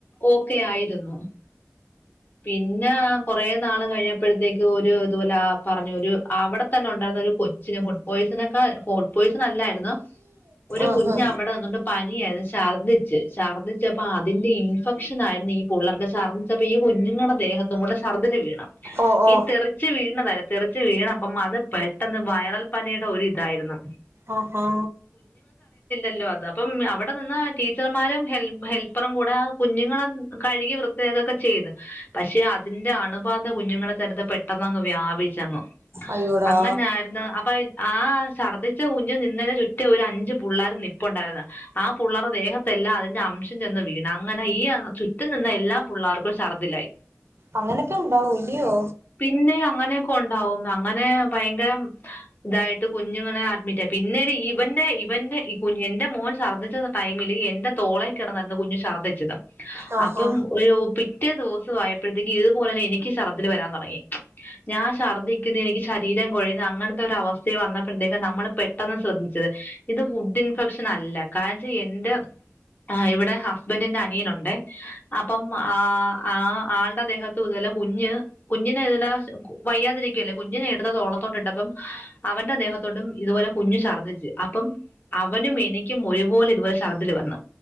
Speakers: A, on the left; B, on the right.
A: ഓക്കെ ആയിരുന്നു പിന്നെ കൊറെേ നാള് കഴിഞ്ഞപ്പോഴത്തേക്ക് ഒരു ഇതുപോലെ പറഞ്ഞു ഒരു അവിടെ തന്നെ ഉണ്ടായിന്ന കൊച്ചിന് ഫുഡ് പോസക്കാൾ ഫുഡ്‌ പോയിസൻ നല്ലായിരുന്നു ഒരു
B: ആഹാ
A: കുഞ്ഞ അവിടെ വന്നുകണ്ട് പനിയായിരുന്നു ഛർദിച്ച് ഛർദിച്ചപ്പോആ അതിന്റെ ഇൻഫെക്ഷൻ ആരുന്നു ഈ പുള്ളള്ളർക്കെഛർദി ഈ ഇങ്ങനെ ദേഹത്തുക്കൂടെ ശര്ദില് വീണു
B: ഓ
A: ഈ
B: ഓ
A: തെറിച്ചവീയുന്നത് തെറിച്ച കു വീണ അപ്പം അത് പെട്ടെന്ന് വൈറൽ പനിയുടെ ഒരു ഇതായിരുന്നു
B: ഓഹോ
A: ഇല്ലോ അത് അപ്പം അവിടെ നിന്ന് ടീച്ചർമാരും ഹെൽപ്പറും കൂടെ കുഞ്ഞുങ്ങളെ കഴുകി വൃ പ്രത്യേകൊക്കെ ചെയ്ത് പക്ഷെ അതിന്റെ അണുബാധ കുഞ്ഞുങ്ങളുടെ തലത്ത് പെട്ടെന്ന്ങ്ങ് വ്യാപിച്ചങ്
B: അയ്യോടാ
A: അങ്ങനെയായിരുന്നു. അപ്പൊ ആ ഛർദിച്ച കുഞ്ഞു നിന്നെ ചുറ്റി ഒരു അഞ്ചച് പിള്ളേർ നിപ്പുണ്ടായിരുന്നു ആ പള്ളേർ ദേഹത്തെ എല്ലാം അതിന്റെ അംശം ചെന്ന് വീണ് അങ്ങനെ ഈ ചുറ്റും നിന്ന എല്ലാ പിള്ളേർക്കും ഛർദ്ദിലായി
B: അങ്ങനൊക്കെ ഇണ്ടാവ ഉലിയോ
A: പിന്നെ അങ്ങനെയൊക്കെ ഉണ്ടാവും അങ്ങനെ ഭയങ്കര ഇതായിട്ട് കുഞ്ഞുങ്ങനെ അഡ്മിറ്റ് പിന്നീട് ഇവന്റെ ഇവന്റെഈ എന്റെ മോൻ ശഛർദ്ദിച്ച ടൈംമിൽ എന്റെ തോള കിടന്നന്ന് കുഞ്ഞു ഛർദ്ദിച്ചത്
B: ആഹാ
A: അപ്പം പിറ്റേ ദിവസ ആയപ്പോഴത്തേക്കും ഇതുപോലെന്നെ എനിക്ക് ശർദ്ദൽ വരാൻ തുടങ്ങി ഞാൻ ഛർദ്ദിക്കുന്നു എനിക്ക് ശരീരം കൊഴിയുന്നു അങ്ങനത്തെ ഒരു അവസ്ഥെ വന്നപ്പോഴത്തേക്ക നമ്മള് പെട്ടെന്ന് ശ്രദ്ധിച്ചു ഇത് ഫുഡ് ഇൻഫെക്ഷൻ അല്ല കാരണം എൻന്റെ ആ് ഇവിടെ ഹസ്ബൻറിന്റെ അനിയനുണ്ട് അപ്പം ആ ആ ആളുടെ ദേഹത്ത് ഇതല്ലെ കുഞ്ഞ് കുഞ്ഞിനെ ഇതല വയ്യാതിരിക്കുവല്ലേ കുഞ്ഞിനെ എടുതതോളം ണ്ട് അപ്പം അവന്റെ ദേഹത്തോടും ഇതുപോലെ കുഞ്ഞു ചർന്നിച്ച് അപ്പം അവനും എനിക്കും ഒരുഴപോലെ ഇതുപലെ ശഛർദ്ദൽ വന്നു